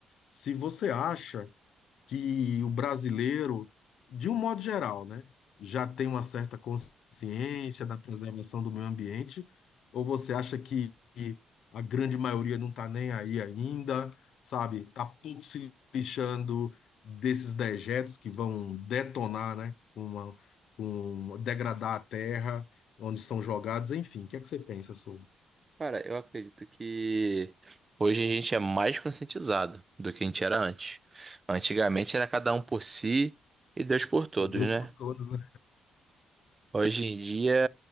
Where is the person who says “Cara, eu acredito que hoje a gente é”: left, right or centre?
Right